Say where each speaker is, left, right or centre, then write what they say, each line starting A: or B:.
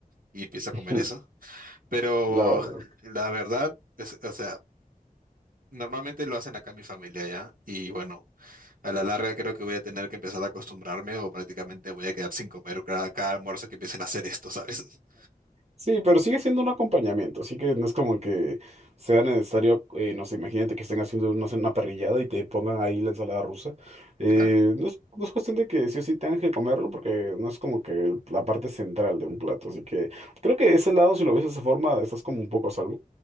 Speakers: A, on the right; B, on the right.
A: y empiezo a comer
B: <laughs>
A: eso. Pero
B: La verdad.
A: la verdad, es, o sea, normalmente lo hacen acá en mi familia ya, y bueno, a la larga creo que voy a tener que empezar a acostumbrarme o prácticamente voy a quedar sin comer cada, cada almuerzo que empiecen a hacer esto, ¿sabes? <laughs>
B: Sí, pero sigue siendo un acompañamiento, así que no es como que sea necesario, eh, no sé, imagínate que estén haciendo no sé, una parrillada y te pongan ahí la ensalada rusa. Eh,
A: Claro.
B: no es, no es cuestión de que sí o sí tengan que comerlo, porque no es como que el- la parte central de un plato, así que creo que ese lado, si lo ves de esa forma, estás como un poco a salvo.